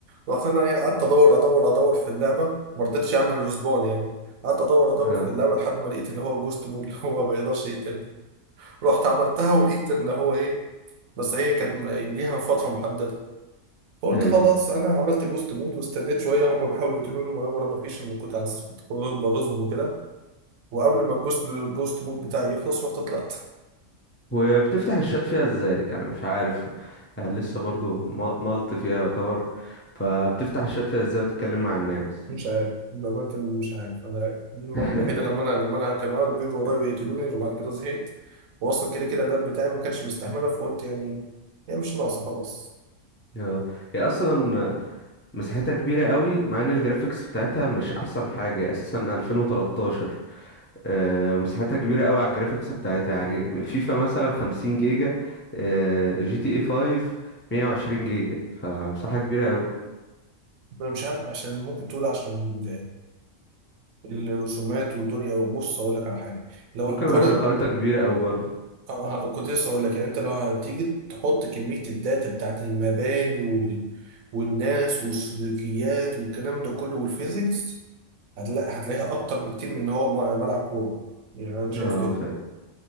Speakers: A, on the right; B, on the left.
A: رحت انا إيه، قعدت ادور ادور ادور في اللعبه ما رضيتش اعمل ريسبون يعني قعدت ادور ادور
B: اه
A: في اللعبه لحد ما لقيت اللي هو جوست مود اللي هو ما يقدرش يقتلني رحت عملتها ولقيت اللي هو ايه بس هي كانت م- ليها فتره محدده فقلت
B: ايوه
A: خلاص انا عملت جوست مود واستنيت شويه هم بيحاولوا يقتلوني وانا ما فيش انا كنت على اساس كنت بغيظهم وكده وقبل ما الجوست الجوست مود بتاعي يخلص رحت طلعت
B: وبتفتح الشات فيها ازاي انا مش عارف آه، لسه برضو م- ملط فيها يعتبر فبتفتح الشات فيها ازاي وتتكلم مع الناس
A: مش عارف بأمانة أنا مش عارف أنا دي المرة
B: <laughs>
A: الوحيدة لما أنا لما أنا كانوا قاعدوا بيجروا ورايا ويقتلوني وبعد كده زهقت وأصلا كده كده اللاب بتاعي ما كانش مستحمله فقلت يعني هي مش ناقصة خلاص
B: يا هي اصلا مساحتها كبيره قوي مع ان الجرافيكس بتاعتها مش احسن حاجه اساسا 2013 آه، مساحتها كبيره قوي على الجرافيكس بتاعتها يعني فيفا مثلا 50 جيجا آه، جي تي اي 5 120 جيجا فمساحه كبيره قوي
A: أنا مش عارف عشان ممكن تقول عشان ال- الرسومات والدنيا بص أقول لك على حاجة لو
B: ممكن
A: هنقارن
B: عشان خريطه كبيره قوي برضو
A: اه ه- كنت لسه هقول لك يعني انت لو هتيجي تحط كمية الداتا بتاعت المباني وال... والناس والسلوكيات والكلام ده كله والفيزيكس هتلاقي هتلاقيها اكتر بكتير من ان هو م- ملعب كورة يعني انا شايف
B: اه
A: كده